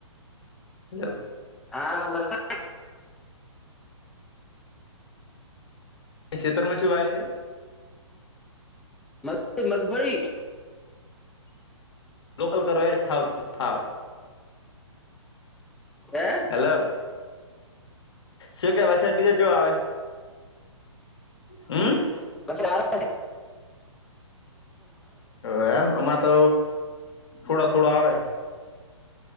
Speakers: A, on the left; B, in the centre.
A: છે. <unintelligible>
B: હા <unintelligible>
A: શેરમાં શવા આવે છે
B: મગફી મગફળી
A: લોકલ કર છે થાવ થાવ
B: હે
A: હેલો શું કે વરસાદ બીજા જો આવે હમ
B: પછ આ ને
A: હ એમ આમાં તો થોડા થોડા આવે